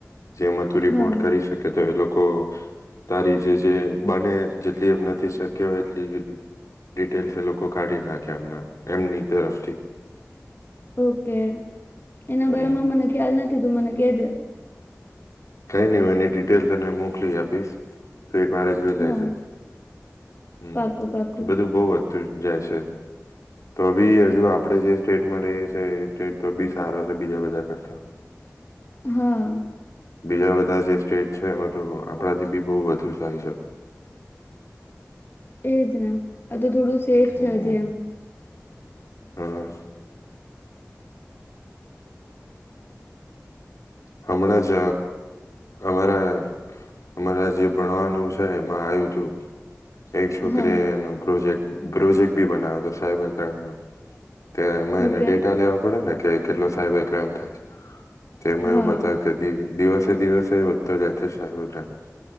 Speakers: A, on the left; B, on the left.
A: જેમાં તું રિપોર્ટ
B: હા
A: કરી શકે તો એ લોકો તારી જે જે બને જેટલી એમ નથી શક્ય એટલી ડિટેલસ એ લોકો કાઢી નાખે એમના એમની તરફથી
B: ઓ કે એના
A: હમ
B: બારામાં મને ખ્યાલ નથી, તું મને કેજે.
A: કંઈ ની હુ એની ડિટેલ તને મોકલી આપીશ. તુ એક વાર એ જોઈ
B: હા
A: લેજે, હમ
B: પાકું પાકું
A: બધું બઉ જ તુ જાય છે, તો બી અજુ આપણે જે સ્ટેટમાં રહીએ છે એ સ્ટેટ તો બી સારો છે બીજા બધા કરતા.
B: હાં.
A: બીજા બધા જે સ્ટેટ છે એમાં તો આપણાથી બી બઉ વધુ થાય છે.
B: એજ ને <unintelligible> થોડું સેફ
A: હમ
B: છે હજી એમ
A: હા. હમણાં જ અમારા અમારા જે ભણવાનું છે એમાં આય્વુ તુ એક છોકરી
B: હા
A: એ એનુ પ્રોજેક્ટ પ્રોજેક્ટ બી બનાય્વો તો સાઈબર ક્રાઈમનો. ત્યાં એમાં
B: ઓકે
A: એને ડેટા લેવા પડે ને! કે કેટલો સાયબર ક્રાઈમ થાય છે. તેમાં
B: હા
A: <unintelligible> દિવસે દિવસે વધતો જાય છે સાયલરક્રાઈમ,